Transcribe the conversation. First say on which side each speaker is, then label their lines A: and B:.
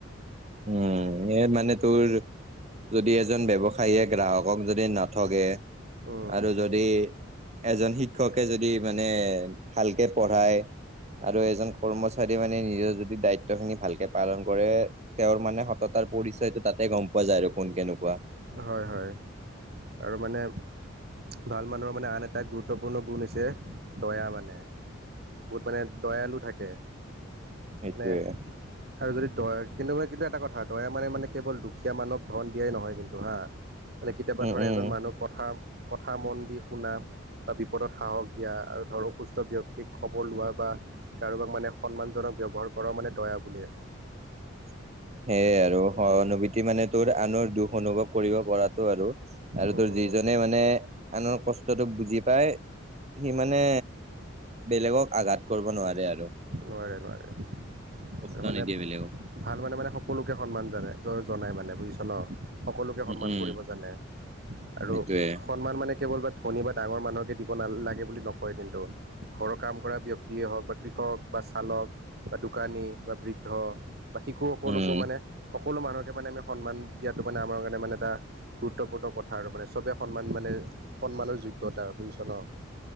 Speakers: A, on the right; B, on the right.
A: উম সিহঁত মানে তোৰ যদি এজন ব্যৱসায়ীয়ে গ্ৰাহক কক যদি নথগে
B: উম,
A: আৰু যদি এজন শিক্ষকে যদি মানে ভালকে পঢ়ায়। আৰু এজন কৰ্মচাৰী মানে নিজৰ যদি দায়িত্ব খিনি ভালকে পালন কৰে, তেওঁৰ মানে সততাৰ পৰিচয়টো তাতে গম পোৱা যায় আৰু কোন কেনেকুৱা।
B: হয়-হয়, আৰু মানে ভাল মানুহৰ মানে আন এটা গুৰুত্বপূৰ্ণ গুণ হৈছে দয়া মানে। বহুত মানে দয়ালু থাকে
A: সেইটোৱে
B: মানে আৰু যদি দয়া কিন্তু মান কিন্তু এটা কথা দয়া মানে- মানে কেৱল দুখীয়া মানুহক ধন দিয়াই নহয় কিন্তু। হা মানে কেতিয়াবা
A: উম
B: ধৰ
A: উম
B: এজন মানুহ কথা কথা মন দি শুনা বা বিপদত সাহস দিয়া আৰু ধৰ অসুস্থ ব্যক্তিক খবৰ লোৱা বা কাৰোবাক মানে সন্মানজনক ব্যৱহাৰ কৰা মানে দয়া বোলে।
A: <inaudible> সে আৰু সহানুভূতি মানে তোৰ আনৰ দুখ অনুভৱ কৰিব পৰাটো আৰু। আৰু
B: উম
A: তোৰ
B: উম
A: যিজনে মানে আনৰ কষ্টটো বুজি পাই সি মানে বেলেগক আঘাত কৰব' নোৱাৰে আৰু।
B: নোৱাৰে, নোৱাৰে
A: কষ্ট
B: আৰু মানে
A: নিদিয়ে বেলেগক।
B: ভাল মানে মানে সকলোকে সন্মান জানে জ জনাই মানে বুজিছ ন? সকলোকে
A: উম,
B: সন্মান
A: উম,
B: কৰিব জানে। আৰু
A: সেইটোয়ে
B: সন্মান মানে কেৱল বা ধনী বা ডাঙৰ মানুহকে দিব নাল লাগে বুলি নকয় কিন্তু। ঘৰৰ কাম কৰা ব্যক্তিয়ে হওক বা কৃষক বা চালক বা দোকানী বা বৃদ্ধ বা শিশুসকলকো
A: উম।
B: মানে সকলো মানুহকে মানে আমি সন্মান দিয়াটো মানে আমাৰ কাৰণে মানে এটা গুৰুত্বপূৰ্ণ কথা আৰু মানে চবেই সন্মান মানে সন্মানৰ যোগ্যতা বুজিছ ন?